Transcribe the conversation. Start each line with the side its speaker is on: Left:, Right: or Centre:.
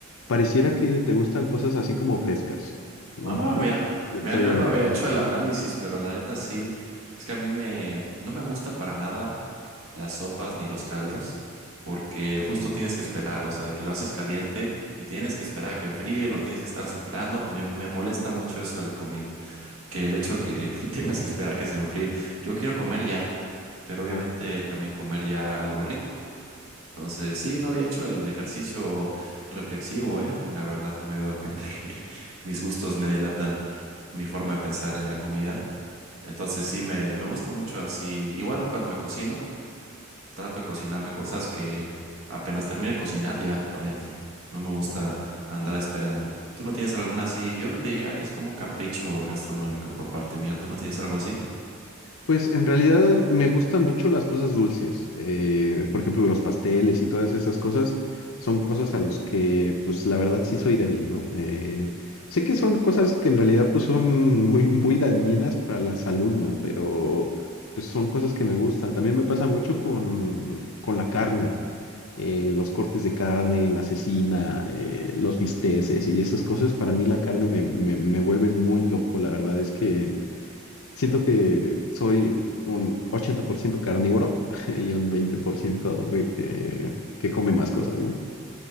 Left: Pareciera que te gustan cosas así como frescas. Mm,
Right: Ah, mira.
Left: Estoy
Right: Mira, yo
Left: en,
Right: no había
Left: en
Right: hecho
Left: lo correcto.
Right: el análisis, pero la neta sí. Es que a mí me, no me gusta para nada las sopas ni los caldos, porque justo tienes que esperar, o sea, de que lo haces caliente y tienes que esperar a que enfríe, lo tienes que estar soplando. Me, me molesta mucho eso de la comida, que el hecho que <laughs> tengas que esperar a que se enfríe. Yo quiero comer ya, pero obviamente
Left: Ok,
Right: también comer ya algo rico. Entonces, sí, no había hecho el ejercicio reflexivo, ¿eh? La verdad, no me había dado cuenta <laughs> que mis gustos me delatan mi forma de pensar en la comida. Entonces, sí, me, me gusta mucho así. Igual cuando me cocino, trato de cocinarme cosas que apenas termine de cocinar, ya, para adentro. No me gusta
Left: ok.
Right: andar esperando. ¿Tú no tienes alguna así? Yo diría que es como un capricho gastronómico por parte mía. ¿Tú no tienes algo así?
Left: Pues en realidad me gustan mucho las cosas dulces. eh, por ejemplo, los pasteles y todas esas cosas son cosas a los que, pues la verdad sí soy débil, ¿no? Eh, sé que son cosas que en realidad pues son muy, muy dañinas para la salud, ¿no? Pero pues son cosas que me gustan. También me pasa mucho con, con la carne, eh, los cortes de carne, la cecina, eh, los bisteces y esas cosas. Para mí la carne me, me me vuelve muy loco, la verdad es que... Siento que soy un 80% carnívoro <laughs> y un 20% ve- eh, que come más cosas, ¿no?